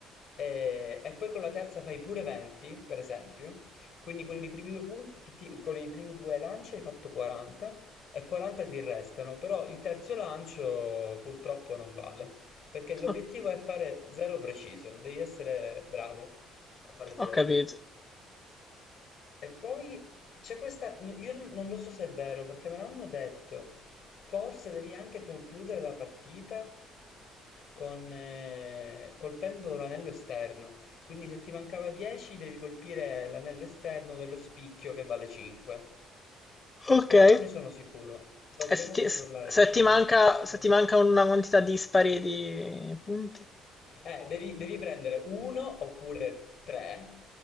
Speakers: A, on the left; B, on the left.
A: e, e poi con la terza fai pure 20, per esempio. Quindi con i primi due punti, con i primi due lanci hai fatto 40 e 40 ti restano, però il terzo lancio purtroppo non vale, perché l'obiettivo
B: ho
A: è fare zero preciso, devi essere bravo a fare zero.
B: ho capito.
A: E poi c'è questa, n- io non, non lo so se è vero, perché me l'hanno detto, forse devi anche concludere la partita con, eh, colpendo l'anello esterno, quindi se ti mancava 10 devi colpire l'anello esterno dello spicchio che vale 5.
B: Okay.
A: Però non ne sono sicuro. Dobbiamo
B: E se ti
A: controllare
B: s
A: perché
B: se ti
A: non ne
B: manca
A: sono sicuro.
B: se ti manca una quantità dispari di punti?
A: Eh, devi, devi prendere uno oppure tre